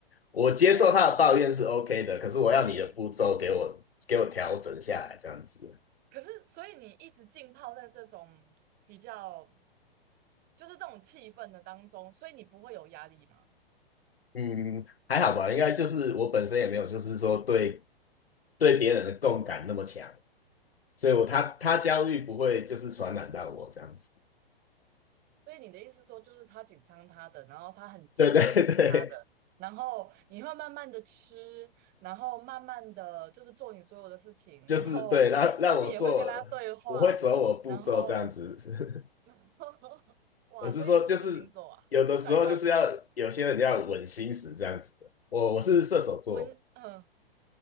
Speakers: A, on the left; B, on the right.
A: 我接受他的抱怨是
B: 哦，
A: OK 的，可是我要你的步骤给我给我调整下来，
B: 所以，
A: 这样子。
B: 可是，所以你一直浸泡在这种比较，就是这种气氛的当中，所以你不会有压力嘛？
A: 嗯，还好吧，应该就是我本身也没有，就是说对对别人的共感那么强，所以我他他焦虑不会就是传染到我这样子。
B: 哦所以你的意思说，就是他紧张他的，然后他很急急他的，
A: 对 <laughs> 对对，
B: 然后你会慢慢的吃，然后慢慢的就是做你所有的事情，
A: 就是对，
B: 然后，
A: 让让我做，
B: 但你也会跟他对话，
A: 我会走我步骤这样子。
B: 然后，<laughs>
A: <laughs>
B: 哇，
A: 我是说，
B: 所以你是什么星座啊？
A: 就是有的时候就是要有些人要稳心思这样子。
B: 快快快，
A: 我我是射手座
B: 温，嗯。